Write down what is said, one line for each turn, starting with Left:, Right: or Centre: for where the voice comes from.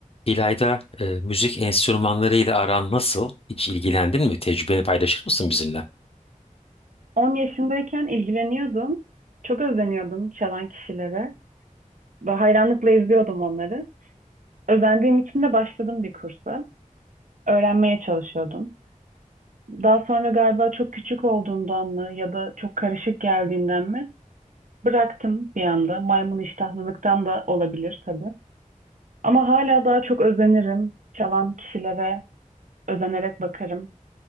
Left: İlayda, e, müzik enstrümanlarıyla aran nasıl? Hiç ilgilendin mi? Tecrübeni paylaşır mısın bizimle?
Right: 10 yaşındayken ilgileniyordum. Çok özeniyordum çalan kişilere. Ve hayranlıkla izliyordum onları. Özendiğim için de başladım bir kursa. Öğrenmeye çalışıyordum. Daha sonra galiba çok küçük olduğundan mı ya da çok karışık geldiğinden mi bıraktım bir anda. Maymun iştahlılıktan da olabilir tabii. Ama hala daha çok özenirim. Çalan kişilere özenerek bakarım.